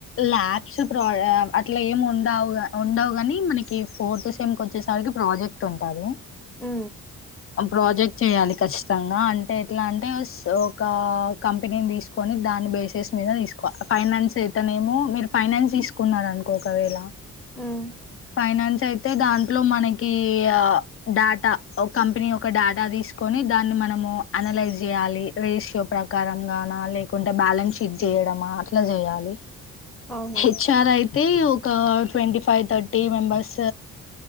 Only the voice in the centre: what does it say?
హ్
ఉమ్
అవును